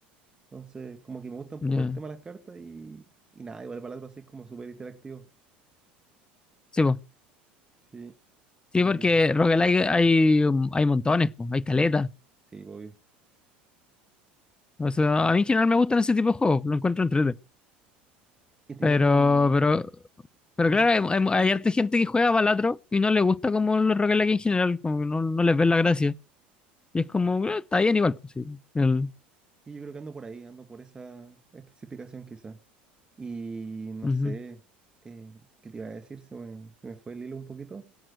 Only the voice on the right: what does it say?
Entonces, como que me gusta un
poco
el tema de las cartas y, y nada, igual el Balatro así es como súper interactivo.
Sí,
y
sí, obvio.
¿Y tenía
algún...
¿Mm?
Sí, yo creo que ando por ahí, ando por esa especificación quizá. Y no
sé, eh, ¿qué te iba a decir? Se me, se me fue el hilo un poquito.